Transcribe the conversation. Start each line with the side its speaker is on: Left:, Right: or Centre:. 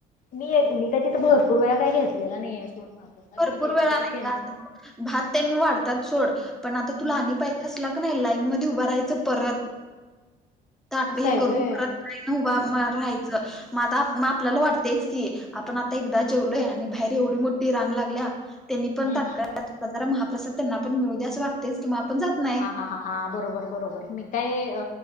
Left: मी एक मी का तिथं भरपूर वेळा काय घेतलेला नाहीय आहे सोड महाप्रसाद
Centre: भरपूर
Left: मी गेली
Centre: वेळा
Left: की
Centre: नाही
Left: ते केंद्र
Centre: का भात त्यांनी वाढतात सोड पण आता तुला
Left: हम्म
Centre: आणि पाहिजे असला. नाही लाईन म उभ राहायच परत ताट
Left: असं
Centre: हे
Left: आहे
Centre: करून
Left: व्हय
Centre: परत का ना उभा राहायचं म आपल्याला वाटतेच की आपण आता एकदाच जेवलोया आणि बाहेर एवढी मोठी रांग लागल्या त्यांनी
Left: हम्म
Centre: पण तकाळ्यात
Left: हम्म
Centre: महाप्रसाद त्यांना पण मिळवू द्या असं वाटत. तेच किंवा आपण जात नाही.
Left: हा हा हा हा बरोबर बरोबर मी काय अ